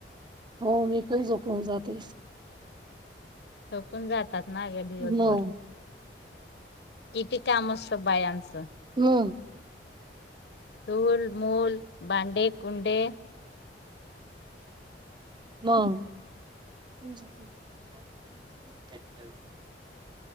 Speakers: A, on the right (about 25°); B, on the left (about 65°).
A: हो मी पण झोपवून जातेस
B: थकून जातात ना ग्या दिवसभर
A: मग,
B: किती काम असत बाय आमचं
A: हम्म
B: चुलमूल भांडे कुंडे
A: म